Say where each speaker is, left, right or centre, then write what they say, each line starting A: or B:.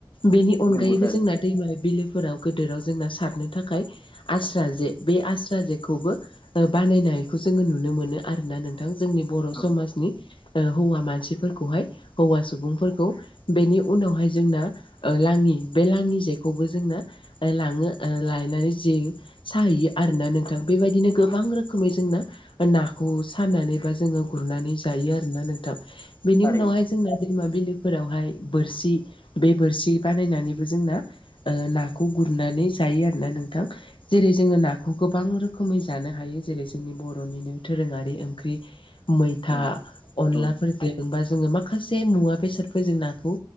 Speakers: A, on the left; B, on the left.
A: बेनि अनगायैबो
B: नंगौ थारैनो
A: जोंना दैमा बिलोफोराव गोदोराव जोंना सारनो थाखाय आस्रा जे बे आस्रा जेखौबो ओ बानायनायखौ जोङो नुनो मोनो आरोना नों थां जोंनि बर'
B: औ
A: समाजनि
B: औ
A: ओ हौवा मानसिफोरखौहाय हौवा सुबुंफोरखौ बेनि उनावहाय जोंना ओ लाङि बे लाङि जेखौबो जोंना लाङो ओ लायनानै जिं साहैयो आरोना नोंथां बेबायदिनो गोबां रोखोमै जोंना ओ नाखौ साननानै बा जोङो गुरनानै जायो आरोना नोंथां बेनि
B: थारैनो
A: उनावहाय जोंनो दैमा बिलोफोरावहाय बोरसि बे बोरसि बानायनानैबो जोंना ओ नाखौ गुरनानै जायो आरो ना नोंथां जेरै जोङो नाखौ गोबां रोखोमै जानो हायो जेरै जोंनि बर' र'निनो दोरोङारि ओंख्रि मैथा
B: औ
A: अनलाफोरदों
B: औ
A: बा जोङो माखासे मुवा बेसादफोरजों नाखौ